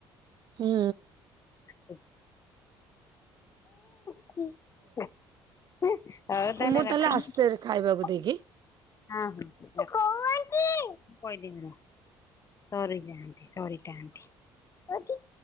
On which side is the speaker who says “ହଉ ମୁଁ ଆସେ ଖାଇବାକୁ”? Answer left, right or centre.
Right